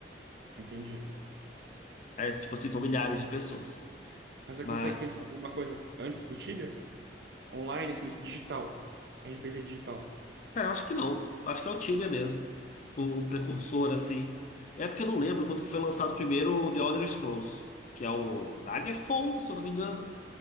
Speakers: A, on the right; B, on the left.
A: Entendi.
B: É tipo assim, são milhares de pessoas.
A: Mas você
B: mas
A: consegue pensar em alguma coisa antes do Tibia? Online, assim, digital. RPG digital.
B: Cara, eu acho que não. Acho que é o Tibia mesmo. O precursor, assim. É porque eu não lembro quanto que foi lançado primeiro o The Elder Scrolls, que é o Daggerfall, se eu não me engano.